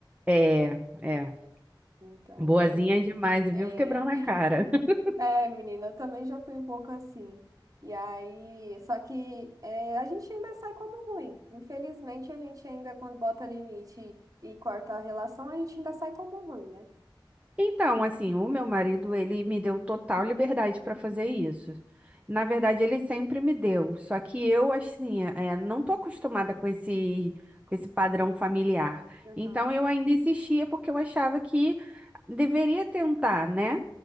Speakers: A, on the right; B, on the right.
A: É, é.
B: Então,
A: Boazinha
B: é,
A: demais, viu?
B: é,
A: Quebrando
B: <laughs>
A: a cara. <laughs>
B: é, menina, eu também já fui um pouco assim. E aí, só que é, a gente ainda sai como ruim. Infelizmente, a gente ainda, quando bota limite e corta a relação, a gente ainda sai como ruim, né?
A: Então, assim, o meu marido, ele me deu total liberdade para fazer isso. Na verdade, ele sempre me deu, só que eu, assim, é, não tô acostumada com esse, com esse padrão familiar.
B: Aham.
A: Então, eu ainda insistia porque eu achava que deveria tentar, né?